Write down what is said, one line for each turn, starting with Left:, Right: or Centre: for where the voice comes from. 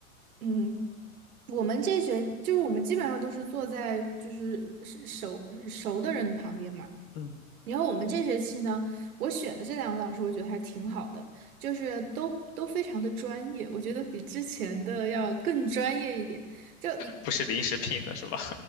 Right: 嗯，我们这学就是我们基本上都是坐在就是是熟熟的人旁边嘛。
Left: 嗯，
Right: 然后我们这学期呢，我选的这两个老师，我觉得还挺好的，就是都都非常的专业，我觉得比之前的要更专业一点。就一
Left: 不是临时聘的是吧？